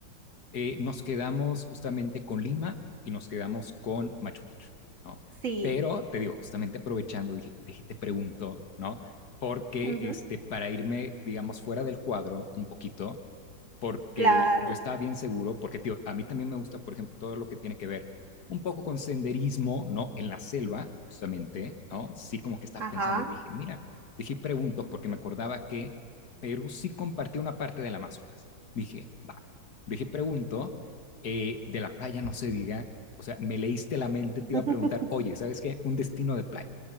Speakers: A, on the left; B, on the right.
A: eh, nos quedamos justamente con Lima y nos quedamos con Machu Picchu, ¿no?
B: Sí,
A: Pero te digo, justamente aprovechando, dije, dije, te pregunto, ¿no? Porque
B: ujú,
A: este, para irme, digamos, fuera del cuadro un poquito, porque
B: Claro,
A: yo estaba bien seguro, porque tío, a mí también me gusta, por ejemplo, todo lo que tiene que ver un poco con senderismo, ¿no? En la selva, justamente, ¿no? Sí, como que estaba
B: ajá.
A: pensando y dije, mira, dije, pregunto, porque me acordaba que Perú sí compartía una parte del Amazonas. Dije, va, dije, pregunto, eh, de la playa no se diga, o sea, me leíste la mente,
B: <laughs>
A: te iba a preguntar, oye, ¿sabes qué? Un destino de playa,